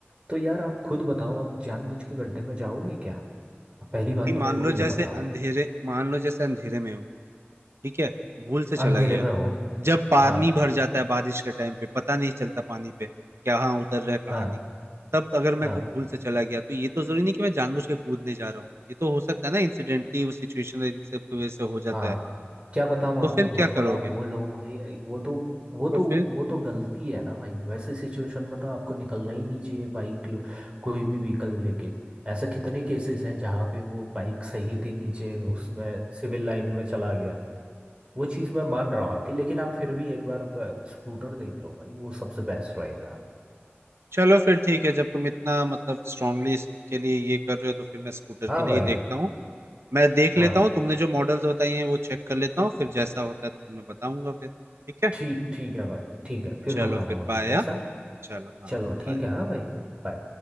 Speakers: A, on the right; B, on the right.
A: तो यार आप खुद बताओ आप जानबूझ के गड्ढे में जाओगे क्या पहली
B: भाई
A: बात
B: मान
A: तो मेरे
B: लो
A: को ये
B: जैसे
A: बताओ
B: अंधेरे मान लो जैसे अंधेरे में हो ठीक है भूल से चला
A: अंधेरे
B: गया
A: में हो
B: जब पानी
A: हाँ
B: भर जाता है बारिश के टाइम पे पता नहीं चलता पानी पे कहाँ उतर रहा है कहाँ
A: हाँ
B: नहीं तब अगर मैं
A: हाँ
B: भूल से चला गया तो ये तो जरूरी नहीं कि मैं जानबूझ के कूदने जा रहा हूँ ये तो हो सकता है ना इंसिडेंटली उस सिचुएशन इन सब की वजह से हो जाता
A: हाँ
B: है
A: क्या पता वहां
B: तो फिर
A: पे बहुत
B: क्या करोगे
A: बड़ा होल हो भाई वो तो वो तो
B: तो फिर
A: वो तो गलती है ना भाई वैसे सिचुएशन में तो आपको निकलना ही नहीं चाहिए बाइक लो- कोई भी व्हीकल लेके ऐसे कितने केसेस हैं जहाँ पे वो बाइक सही थी नीचे उसमें सिविल लाइन में चला गया वो चीज़ मैं मान रहा हूँ आपकी लेकिन आप फिर भी एक बार अ, स्कूटर देख लो भाई वो सबसे बेस्ट रहेगा
B: चलो फिर ठीक है जब तुम इतना मतलब स्ट्रांगली इसके लिए ये कर रहे हो तो फिर मैं स्कूटर
A: हाँ
B: के लिए
A: भाई
B: ही देखता हूँ मैं देख
A: हाँ
B: लेता हूँ तुमने जो मॉडल्स बताई हैं वो चेक कर लेता हूँ फिर जैसा होता है तो तुम्हें बताऊंगा फिर ठीक है
A: ठीक ठीक है भाई ठीक है फिर
B: चलो
A: बताना
B: फिर
A: मुझे
B: बाय
A: कैसा
B: चलो हाँ
A: चलो ठीक
B: bye।
A: है हाँ भाई bye।